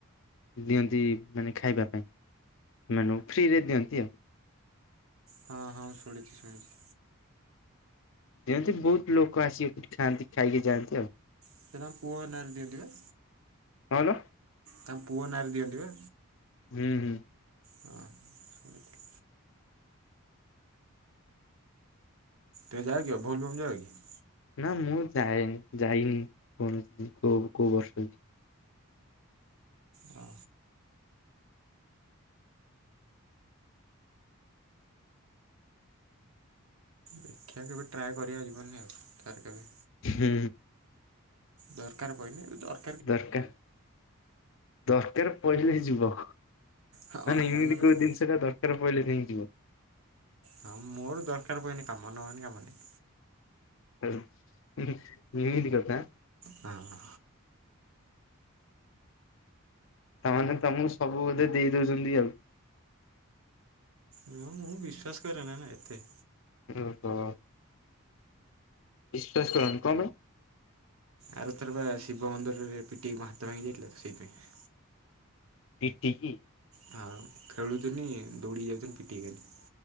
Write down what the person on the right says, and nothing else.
ହଁ ହଁ ଶୁଣିଛି ଶୁଣିଛି,
ସେଇଟା ପୁଅ ନାଁରେ ଦିଅନ୍ତି ବା?
ତା ପୁଅ ନାଁରେ ଦିଅନ୍ତି ବା,
ହଁ, ଶୁଣିଥିଲି। ତେ ଯାଇକି ଭଲବୁମ ଯାଇକ କି,
ହଁ, ଶିକ୍ଷା କେବେ ଟ୍ରାଏ କରିବାକୁ ଯିବନି ଆଉ ସାର୍ କେବେ,
ଦରକାର ପଳିଲେ ଦର-
ହଁ
ଆଉ ନହେଲେ
କାଇଁ
ହଁ ମୋର ଦରକାର ପନି କାମ ନ ହେଲେ କାମ ନି,
ହଁ,
ନା ମୁଁ ବିଶ୍ଵାସ କରେନା ନା ଏତେ।
ଆରଥର ବା ଶିବ ମନ୍ଦିରରେ ପିଟିହେଇକି ମୋ ହାତ ଭାଙ୍ଗି ଯାଇଥିଲା, ତ ସେଇଥିପାଇଁ।
ହଁ ଖେଳୁଥିନି, ଦୌଡ଼ିକି ଯାଉଥିଲି ପିଟି ହେଇଗଲି।